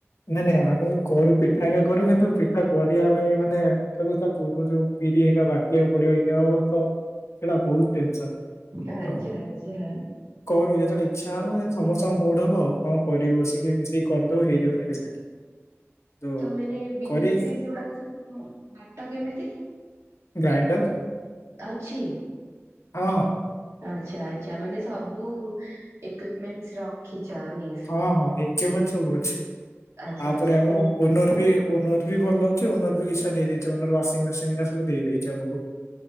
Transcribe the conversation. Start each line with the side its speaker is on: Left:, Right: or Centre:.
Left: ନାଇଁ ନାଇଁ ଆମେ କରୁ ପିଠା ଆଜ୍ଞା କରୁ କିନ୍ତୁ ପିଠା କରିବା ପାଇଁ ମାନେ ତାକୁ ତା ପୂର୍ବରୁ ଯୋଉ ବିରି ହେକା ବାଟିବାକୁ ପଡିବ ଇଏ ହବ ତ ସେଇଟା ବହୁତ ଟେନସନ।
Right: ଆଜ୍ଛା
Left: ତ
Right: ଆଚ୍ଛା।
Left: କରୁ ଯେତେବେଳେ ଇଚ୍ଛା ହବ ସମସ୍ତଙ୍କ ମୁଡ ହବ ହଁ କରିବୁ ବସିକି ମିଶିକି କରିଦବ ହେଇଯିବ ସାଙ୍ଗେ ସାଙ୍ଗେ। ତ
Right: ତମାନେ ବିରି
Left: କରି
Right: ଫିରି ସେଗୁଡା ବାଟ କେମିତି?
Left: ଗ୍ରାଇଣ୍ଡର।
Right: ଅଛି?
Left: ହଁ ହଁ।
Right: ଆଛା ଆଛା ମାନେ ସବୁ ଇକ୍ପୁମେଣ୍ଟ ର ଖିଚ ମି
Left: ହଁ ହଁ ଇକୁମେଣ୍ଟ ସବୁ ଅଛି
Right: ଆଚ୍ଛା
Left: ତାପରେ
Right: ଆଚ୍ଛା
Left: ଆମ
Right: ଖାଲି
Left: ଓ ଓନର୍ ବି ଓନର୍ ବି ଭଲ ଅଛି ଓନର୍ ବି କିଛି ଟା ଦେଇଛି ୱାସିଙ୍ଗି ମେସିନା ସବୁ ଦେଇଛି ଆମକୁ।